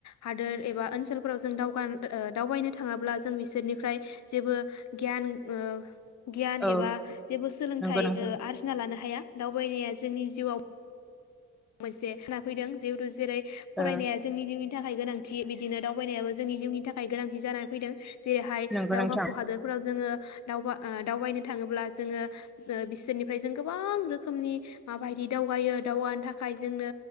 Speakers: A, on the left (about 65°); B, in the centre.
A: हादोर एबा ओनसोलफोराव जों दावगा दावबायनो थाङाब्ला जों बिसोरनिफ्राय जेबो गियान ओ गियान
B: औ
A: एबा जेबो सोलोंथाइ
B: नंगौ नोंथां
A: ओ आरजिना लानो हाया। दावबायनाया जोंनि जिउआव मोनसे फैदों जिहेथु जेरै फरायनाया
B: ओ
A: जोंनि जिउनि थाखाय गोनांथि बिदिनो दावबायनायाबो जोंनि जिउनि थाखाय गोनांथि जानानै फैदों। जेरैहाय
B: नंगौ
A: दावगाफु
B: नोंथां
A: हादोरफोराव जोङो दावबा ओ दावबायनो थाङोब्ला जोङो ओ बिसोरनिफ्राय जों गोबां रोखोमनि माबायदि दावगायो दावगानो था खाय जोंनो